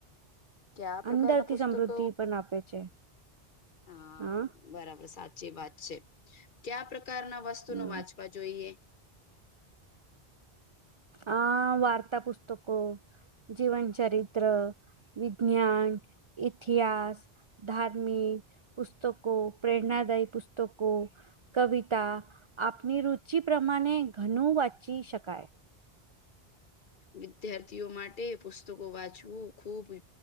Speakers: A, on the left (about 55°); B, on the right (about 55°).
A: ક્યા પ્રકારના
B: અંદરથી
A: પુસ્તક
B: સમૃદ્ધિ પણ આપે છે
A: હ
B: હા
A: બરાબર, સાચી વાત છે. કયા પ્રકારના વસ્તુ
B: હમ
A: ન વાંચવા જોઈએ?
B: આ વાર્તા પુસ્તકો જીવન ચરિત્ર, વિજ્ઞાન, ઇતિહાસ ધાર્મિક પુસ્તકો, પ્રેરણાદાયી પુસ્તકો કવિતા આપની રુચિ પ્રમાણે ઘણું વાંચી શકાય.
A: વિદ્યાર્થીઓ માટે પુસ્તકો વાંચવું ખૂબ